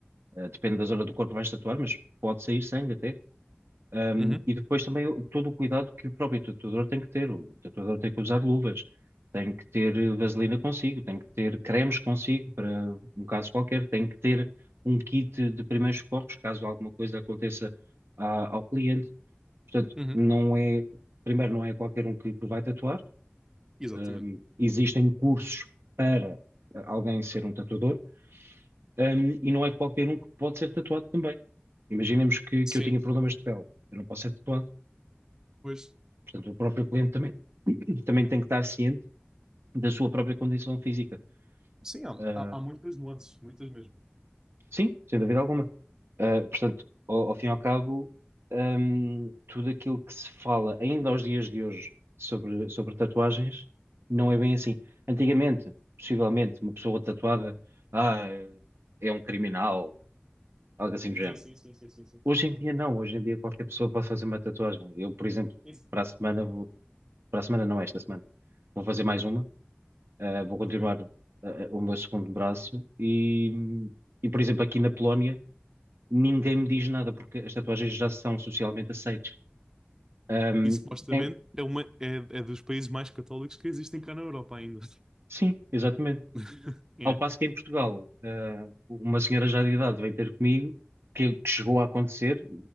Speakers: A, on the right; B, on the right.
A: Uh, depende da zona do corpo que vais tatuar, mas pode sair sangue até. Um,
B: uhum,
A: e depois também o- todo o cuidado que o próprio tatuador tem que ter. O tatuador tem que usar luvas, tem que ter eh, vaselina consigo, tem que ter cremes consigo para um caso qualquer, tem que ter um kit de primeiros socorros caso alguma coisa aconteça a- ao cliente. Portanto,
B: uhum.
A: não é, primeiro, não é qualquer um que, que vai tatuar.
B: Exatamente.
A: Um, existem cursos para eh, alguém ser um tatuador um, e não é qualquer um que pode ser tatuado também. Imaginemos que,
B: Sim,
A: que eu tenha problemas de pele, eu não posso ser tatuado.
B: pois.
A: Portanto, o próprio cliente também, também tem que estar ciente da sua própria condição física.
B: Sim, há,
A: Ah,
B: há, há muitas nuances, muitas mesmo.
A: sim, sem dúvida alguma. Ah, portanto, ao, ao fim e ao cabo, hum, tudo aquilo que se fala ainda aos dias de hoje sobre, sobre tatuagens não é bem assim. Antigamente, possivelmente, uma pessoa tatuada, ah, é um criminal, algo assim do
B: Sim,
A: género.
B: sim, sim, sim, sim, sim.
A: Hoje em dia não, hoje em dia qualquer pessoa pode fazer uma tatuagem. Eu, por exemplo,
B: Isso.
A: para a semana vou, para a semana não, esta semana, vou fazer mais uma, eh, vou continuar
B: Ok.
A: eh, o meu segundo braço e, e, por exemplo, aqui na Polónia ninguém me diz nada porque as tatuagens já são socialmente aceites. Ahm,
B: E supostamente
A: em-
B: é, uma, é, é dos países mais católicos que existem cá na Europa ainda.
A: sim, exatamente.
B: <laughs> É.
A: Ao passo que em Portugal, eh, uma senhora já de idade vem ter comigo, que, que chegou a acontecer,